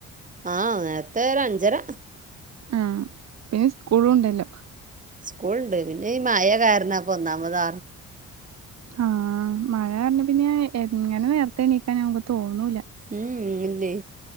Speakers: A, on the right; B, on the right.
A: ആഹ് നേരത്തെ ഒരു അഞ്ചര.
B: ആ പിന്നെ സ്കൂളും ഇണ്ടല്ലോ
A: സ്കൂൾണ്ട് പിന്നെ ഈ മയ കാരണംപ്പ ഒന്നാമത്
B: ആഹ് മഴ കാരണം പിന്നെ എങ്ങനെ നേരത്തെ എണീക്കാൻ നമുക്ക് തോന്നൂല
A: ഉം ഇല്ലേ